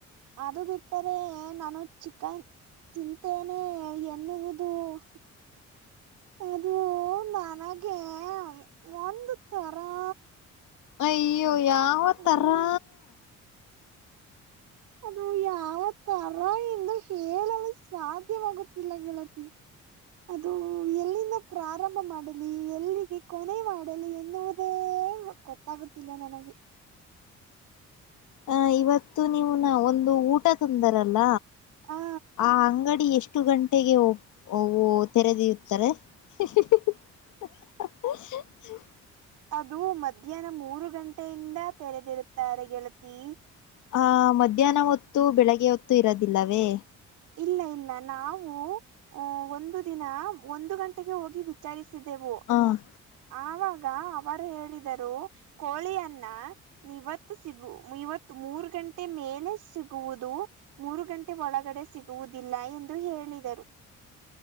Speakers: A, on the right; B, on the left.
A: ಅದು ಬಿಟ್ಟರೆ ನಾನು ಚಿಕನ್ <inaudible> ತಿಂತೇನೆ ಎನ್ನುವುದು. ಹು ಅದು.... ನನಗೆ ಒಂದು ತರಾ....
B: ಅಯ್ಯೋ ಯಾವ
A: ಹ್ಮ
B: ತರಾ.......
A: ಅದು ಯಾವ ತರ..... ಎಂದು ಹೇಳಲು ಸಾ ಸಾಧ್ಯವಾಗೂತ್ತಿಲ್ಲ ಗೆಳತಿ <inaudible> ಅದು. ಎಲ್ಲಿಂದ ಪ್ರಾರಂಭ ಮಾಡಲಿ ಎಲ್ಲಿಗೆ ಕೊನೆ ಮಾಡಲಿ ಎನ್ನುವುದೇ.... ಗೊತ್ತಾಗುತ್ತಿ ಇಲ್ಲ ನನಗೆ
B: ಹ ಇವತ್ತು ನೀವು ನ ಒಂದು ಊಟ ತಂದರಲ್ಲ.
A: ಆ
B: ಆ ಅಂಗಡಿ ಎಷ್ಟು ಗಂಟೆಗೆ ಒ ಓಪ್ ತೆರೆದಿರುತ್ತರೆ. <unintelligible>
A: ಅದು ಮಧ್ಯಾಹ್ನ ಮೂರು ಗಂಟೆಯಿಂದ ತೆರೆದಿರುತ್ತಾರೆ ಗೆಳತಿ.
B: ಹ ಮಧ್ಯಾಹ್ನ ಹೊತ್ತು ಬೆಳಿಗ್ಗೆ ಹೊತ್ತು ಇರದಿಲ್ಲವೇ.
A: ಇಲ್ಲ ಇಲ್ಲ ನಾವು. ಹ ಒಂದು ದಿನ ಒಂದು ಗಂಟೆಗೆ ಹೋಗಿ ವಿಚಾರಿಸಿದ್ದೆವು.
B: ಆಹ್.
A: ಆವಾಗ ಅವರು ಹೇಳಿದರು ಕೋಳಿಯನ್ನ. ಇವತ್ತು ಸಿಗು ಇವತ್ತು ಮೂರ್ ಗಂಟೆ ಮೇಲೆ ಸಿಗುವುದು. ಮೂರು ಗಂಟೆ ಒಳಗಡೆ ಸಿಗುವುದಿಲ್ಲ ಎಂದು ಹೇಳಿದರು.